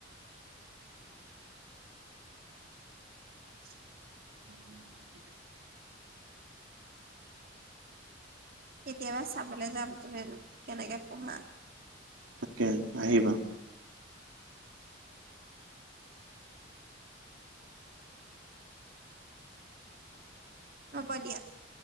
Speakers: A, on the right; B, on the right.
A: <inaudible>
B: <unintelligible>
A: কেতিয়াবা চাবলে যাম, তুমিনো কেনেকে পঢ়া।
B: তাকে আহিবা।
A: ৰব দিয়া